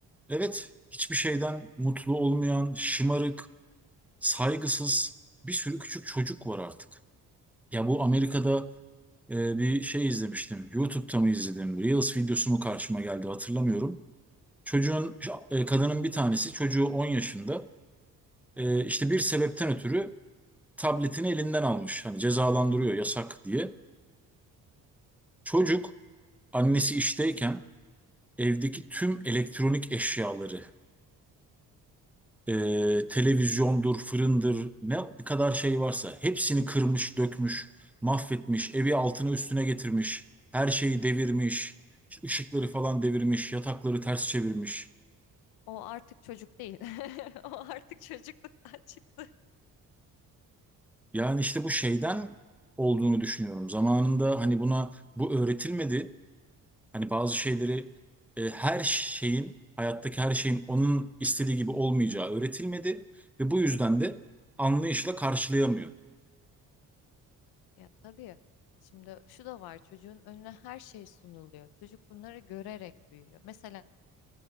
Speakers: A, in the centre; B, on the left (about 90°).
A: evet hiçbir şeyden mutlu olmayan, şımarık, saygısız bir sürü küçük çocuk var artık. Ya bu Amerika'da e, bir şey izlemiştim. YouTube'da mı izledim? Reels videosu mu karşıma geldi hatırlamıyorum. Çocuğun, e, kadının bir tanesi çocuğu 10 yaşında e, işte bir sebepten ötürü tabletini elinden almış. Hani cezalandırıyor yasak diye. Çocuk annesi işteyken evdeki tüm elektronik eşyaları e, televizyondur, fırındır, ne kadar şey varsa hepsini kırmış, dökmüş, mahvetmiş, evi altına üstüne getirmiş, her şeyi devirmiş, işte ışıkları falan devirmiş, yatakları ters çevirmiş.
B: O artık çocuk değil. <laughs> O artık çocukluktan çıktı.
A: Yani işte bu şeyden olduğunu düşünüyorum. Zamanında hani buna bu öğretilmedi. Hani bazı şeyleri e, her şeyin hayattaki her şeyin onun istediği gibi olmayacağı öğretilmedi ve bu yüzden de anlayışla karşılayamıyor.
B: Ya tabii. Şimdi şu da var çocuğun önüne her şey sunuluyor. Çocuk bunları görerek büyüyor. Mesela